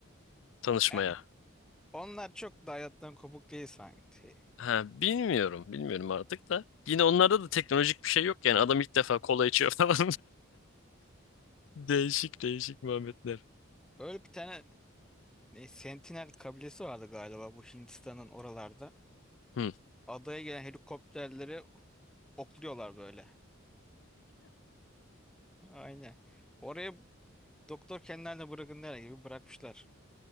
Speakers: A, on the left; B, in the centre.
A: tanışmaya.
B: Yani onlar çok da hayattan kopuk değil sanki.
A: Ha, bilmiyorum bilmiyorum artık da. Yine onlarda da teknolojik bir şey yok yani adam ilk defa kola içiyor <laughs> falan. Değişik değişik muhabbetler.
B: Öyle bir tane ne, Sentinel kabilesi vardı galiba bu Hindistan'ın oralarda.
A: Hı.
B: Adaya gelen helikopterleri okluyorlar böyle. <laughs> Aynen. Oraya doktor kendilerine bırakın der gibi bırakmışlar.